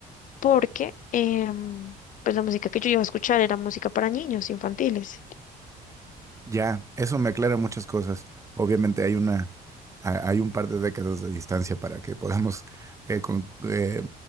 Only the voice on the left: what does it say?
porque em, pues la música que yo iba a escuchar era música para niños infantiles.